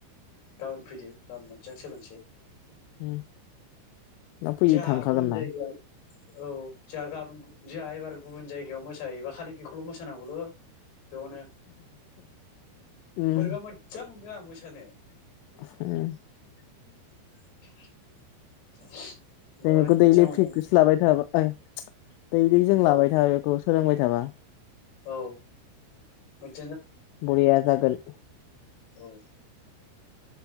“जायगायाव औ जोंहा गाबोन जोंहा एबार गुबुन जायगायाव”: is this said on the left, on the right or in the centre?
Left